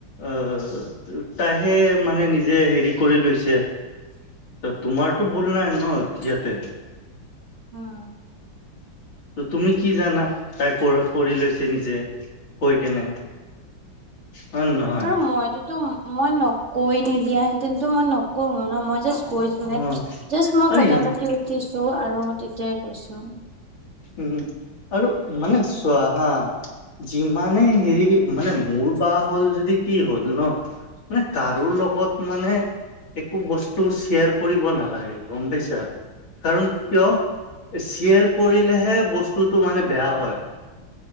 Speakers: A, on the left; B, on the right.
A: আহ, তাইহে মানে নিজে হেৰি কৰি লৈছে। ত, তোমাৰটো ভুল নাই ন ইয়াতে।
B: উম।
A: ত, তুমি কি জানা! তাই কৰি লৈছে নিজে কৈ কেনে। হয় নে নহয়
B: আৰু মইতোটো মই কৈ নিদিয়া হেতেনটো মই নকও ন! মই জাষ্ট কৈছো
A: অ
B: জাষ্ট মই
A: আৰু
B: কথা পাতি উঠিছো, আৰু তেতিয়াই কৈছো।
A: উম! আৰু মানে চোৱা হা যিমানে হেৰি মানে, মোৰ বা হ'ল যদি কি হ'ল ন। মানে কাৰো লগত মানে একো বস্তু শ্বেয়াৰ কৰিব নালাগে গমপাইছা। কাৰণ কিয় শ্বেয়াৰ কৰিলেহে বস্তুটো মানে বেয়া হয়।